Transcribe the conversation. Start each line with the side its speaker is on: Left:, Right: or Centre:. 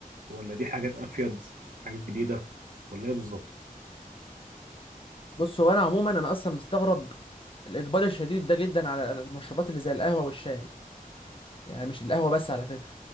Right: ولا دي حاجات أفيد حاجات جديدة ولا ايه بالظبط
Left: بص هو انا عموما انا اصلا مستغرب الاقبال الشديد ده جدا على المشروبات اللي زي القهوه والشاي يعني مش القهوه بس على فكره